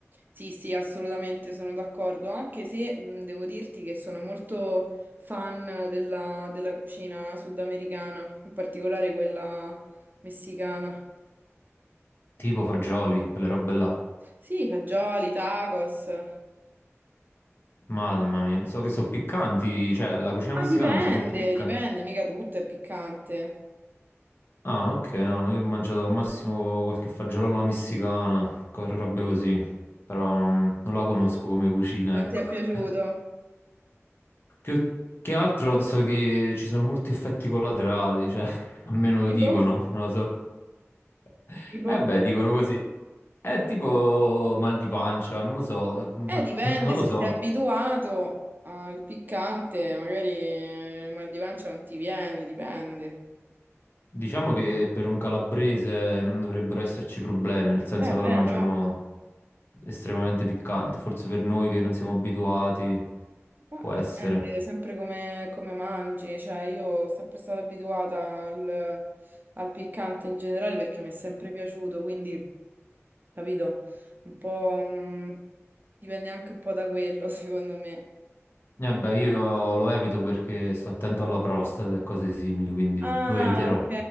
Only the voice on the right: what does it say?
Sì, sì, assolutamente sono d'accordo, anche se mh, devo dirti che sono molto fan della, della cucina sudamericana, in particolare quella messicana.
Sì, fagioli, tacos. Ah,
dipende,
dipende, mica tutto è piccante.
Non
ti è piaciuto?
Tipo,
tipo.
Eh, dipende,
se
sei abituato al piccante, magari eh, il mal di pancia non ti viene, dipende.
Eh,
beh,
no.
Ma
dipende
sempre come, come mangi, cioè io sono sempre stata abituata al, al piccante in generale perché mi è sempre piaciuto, quindi capito, un po' mh, dipende anche un po' da quello <laughs> secondo me.
Ah,
ok,